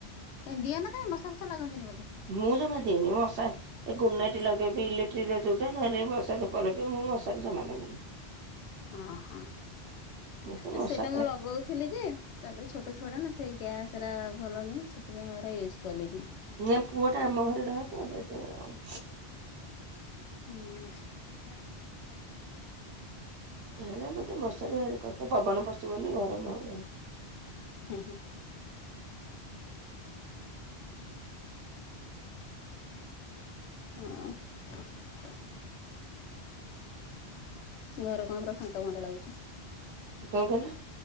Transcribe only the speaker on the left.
କାଇଁ ଦିଅନା କାଇଁ ମଶା ଫଶା ଲାଗନ୍ତିନି ବୋଧେ?
ଅହଁ
ଏ
ସିଏ ତାଙ୍କ ଲଗେଇ ଥିଲି ଯେ ତାପରେ ଛୋଟ ଛୁଆଟା ନା ସେଇ ଗ୍ୟାସ ଏରା ଭଲ ନାହିଁ ସେଥିପାଇଁ ଏଗୁରା ୟୁଜ୍‌ ପନିଲି
ହୁଁ। ସେ ଝାଡା
ହୁଁ ହୁଁ। ଅ ଘର କଣ ପୁରା ଫାଙ୍କା ଫାଙ୍କା ଲାଗୁଚି?